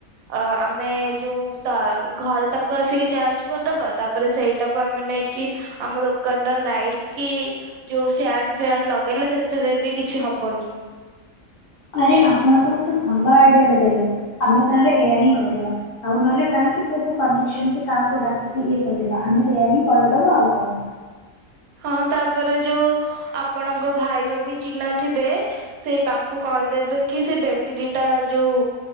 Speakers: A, on the right (about 85°); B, on the left (about 60°).
A: ଅ ଆମେ ଯୋଉ ତା ଘରେ ତାକୁ ଆସିକି ଚାର୍ଜ କରିଦବା ତାପରେ ସେଇଟାକୁ ଆମେ ନେଇକି ଆମ ଦୋକାନର ଲାଇଟ୍ କି ଯୋଉ ଫ୍ୟାନ ଫ୍ୟାନ ଲଗେଇଲେ ସେଥିରେ ବି କିଛି ହବନି।
B: ଆରେ ଆପଣ ତ ଗୋଟେ ଭଲ ଆଇଡିଆ ଟା ଦେଲେ ଆମେ ତାହେଲେ ଏଇଆ ହିଁ କରିବା ଆଉ ନହେଲେ କାହିଁକି କୋଉଠୁ କନେକ୍ସନ୍ କି କାହାକୁ ଡାକିକି ଇଏ କରିବା ଆମେ ଏଇଆ ହିଁ କରିଦବା ଆଉ କଣ?
A: ହଁ ତାପରେ ଯୋଉ ଆପଣଙ୍କ ଭାଇର ବି ଚିହ୍ନା ଥିବେ ସେ ତାଙ୍କୁ କହିଦେବେ କି ସେ ବେଟିରୀ ଟା ଯୋଉ